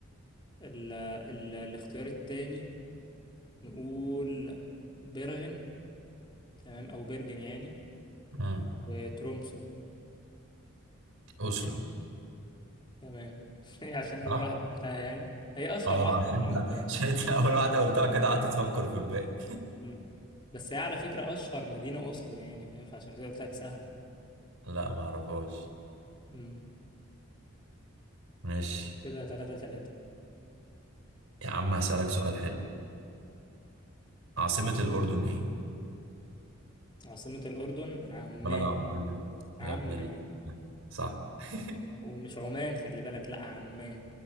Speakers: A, on the left; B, on the right.
A: ال... ال... الاختيار التاني نقول بيرغن تمام او بيرجن يعني
B: امم
A: وترومسو
B: اوسلو
A: تمام <laughs> هي عشان اول
B: صح
A: واحده قلتها يعني هي اشهر
B: اه
A: واحده
B: <laughs> عشان
A: فيهم
B: انت
A: فاهم
B: عشان انت اول واحدة قلتها كده قعدت تفكر في الباقي
A: مم. بس هي على فكره اشهر مدينه اوسلو يعني فاهم فعشان كده قلت لك سهله
B: <laughs> لا ما اعرفهاش
A: مم.
B: ماشي
A: كده تلاتة تلاتة
B: يا عم هسألك سؤال حلو عاصمة الأردن ايه
A: عاصمه الاردن عمان
B: بلد عربية
A: عمان
B: يا ابن الله صح <laughs>
A: ومش عمان خلي بالك لا عمان